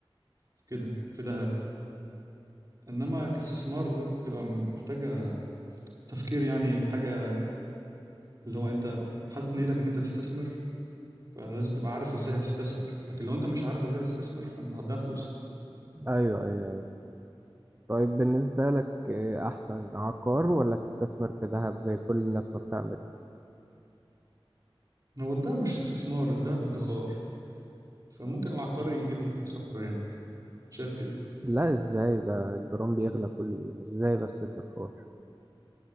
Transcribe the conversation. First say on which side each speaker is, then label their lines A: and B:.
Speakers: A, on the right; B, on the right.
A: في كده في ذهب انما كاستثمار بتبقى محتاجه تفكير يعني حاجه اللي هو انت حاطط نيتك ان انت تستثمر فلازم تبقى عارف ازاي هتستثمر لكن لو انت مش عارف ازاي هتستثمر فانت هتضيع فلوس
B: ايوه ايوه ايوه طيب بالنسبة لك آه، احسن عقار ولا تستثمر في ذهب زي كل الناس ما بتعمل
A: هو الدهب مش استثمار الدهب ادخار فممكن العقاري يجيب لك فلوس اكتر يعني شايف كده
B: لا ازاي ده الجرام بيغلى كل يوم ازاي بس الدكتور